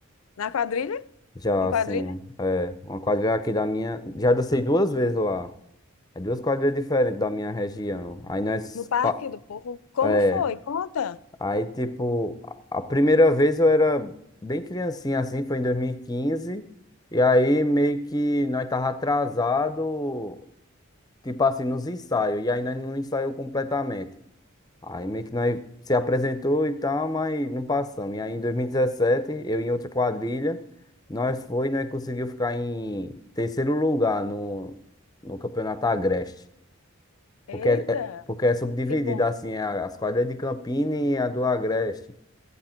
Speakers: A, on the left; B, on the left.
A: Na quadrilha?
B: Já
A: Em quadrilha?
B: assim. É, uma quadrilha aqui da minha. Já dancei duas vezes lá. É duas quadrilhas diferentes da minha região. Aí nós.
A: No Parque
B: pa-
A: do Povo? Como
B: é,
A: foi? Conta.
B: Aí, tipo, a a primeira vez eu era bem criancinha, assim, foi em 2015. E quinze. E aí, meio que nós tava atrasado, tipo assim, nos ensaios. E aí, nós não ensaiou completamente. Aí meio que nós se apresentou e tal, mas não passamos. E aí em 2017, eu em outra quadrilha, nós foi e nós conseguiu ficar em terceiro lugar no, no Campeonato Agreste.
A: Eita,
B: Porque é, é- porque é subdividida
A: que bom.
B: assim, é a- as quadrilhas de Campina e a do Agreste.